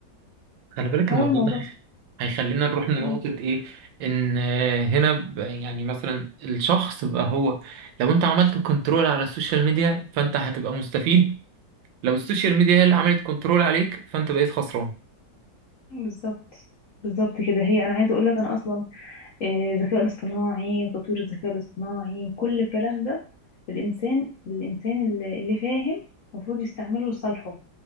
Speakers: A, on the right (about 80°); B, on the left (about 55°).
A: خلي بالك
B: هو
A: الموضوع
B: الموضوع
A: ده هيخ- هيخلينا نروح لنقطة
B: مم.
A: إيه؟ إن آه، هنا ب- يعني مثلا الشخص بقى هو لو أنت عملت كنترول على السوشيال ميديا فأنت هتبقى مستفيد لو السوشيال ميديا هي اللي عملت كنترول عليك فأنت بقيت خسران
B: بالظبط بالظبط كده هي انا عايزة اقول لك انا اصلا آه، الذكاء الاصطناعي وتطوير الذكاء الاصطناعي وكل الكلام ده الانسان الانسان اللي اللي فاهم المفروض يستعمله لصالحه